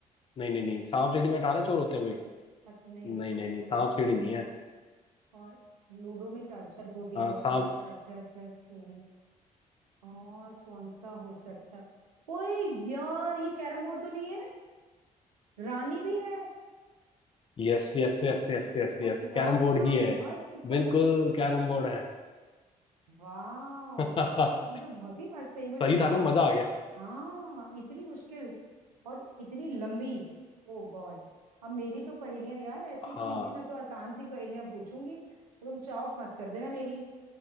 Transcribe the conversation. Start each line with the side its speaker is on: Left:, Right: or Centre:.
Left: नहीं नहीं नहीं सांप सीढ़ी में अठारह चोर होते हैं भाई
Right: अच्छा नहीं
Left: नहीं
Right: रुको
Left: नहीं
Right: रुको
Left: नहीं सांप
Right: रुको
Left: सीढ़ी
Right: रुको
Left: नहीं है
Right: और लूडो में चार चार गोटियां
Left: हाँ
Right: होती
Left: सांप
Right: हैं चार चार चार सोलह और कौन सा हो सकता ओए यार ये कैरम बोर्ड तो नहीं है रानी भी है
Left: Yes yes yes yes yes
Right: और
Left: yes
Right: यार
Left: carrom
Right: क्या
Left: board ही
Right: मस्त
Left: है
Right: पहेली
Left: बिल्कुल
Right: है
Left: कैरम
Right: ये
Left: बोर्ड है <laughs>
Right: वाह
Left: सही
Right: वेरी गुड ये तो बहुत ही मस्त है ये मुझे याद
Left: था ना मजा आ गया
Right: हाँ इतनी मुश्किल और इतनी लंबी ओ गॉड अब मेरी तो पहेलियां यार ऐसी
Left: हाँ
Right: कोई नहीं है मैं तो आसान सी पहेलियां पूछूंगी तो तुम चौप मत कर देना मेरी